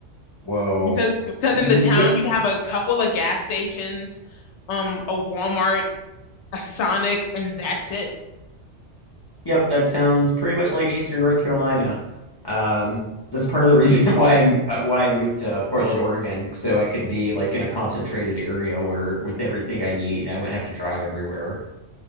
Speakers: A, on the left; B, on the left.
A: Whoa.
B: Because because
A: Yep.
B: in the town you have a couple of gas stations, um, a Walmart a Sonic, and that's it.
A: Yep. That sounds pretty much like Eastern North Carolina. Um, that's part of the reason <laughs> why I'm uh, why I moved to Portland, Oregon, so I could be like in a concentrated area where with everything I need, I wouldn't have to drive everywhere.